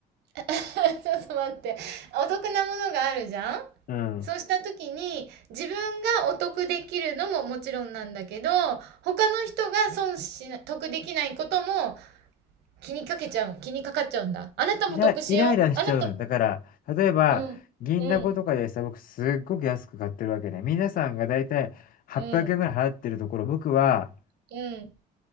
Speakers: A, on the right; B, on the left.
A: <laughs> ちょっと待って。お得なものがあるじゃん
B: うん。
A: そうした時に自分がお得できるのももちろんなんだけど、他の人が損しな、得できないことも気にかけちゃう、気にかかっちゃうんだ。あなたも得しよう。
B: イライライラしちゃうの。
A: あなた、
B: だから、例えば、
A: うん、
B: 銀だことかでさ、
A: うん、
B: 僕すっごく安く買ってるわけね。皆さんがだいたい800円ぐらい払ってるところ、
A: うん、
B: 僕は
A: うん。